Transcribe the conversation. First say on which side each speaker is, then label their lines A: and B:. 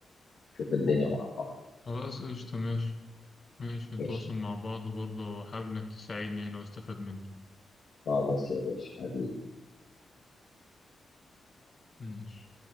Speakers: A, on the left; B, on the left.
A: شوف الدنيا مع بعض
B: خلاص قشطة ماشي ماشي نتواصل
A: ماشي
B: مع بعض وبرضه حابب إنك تساعدني يعني واستفاد منك
A: خلاص يا باشا حبيبي
B: ماشي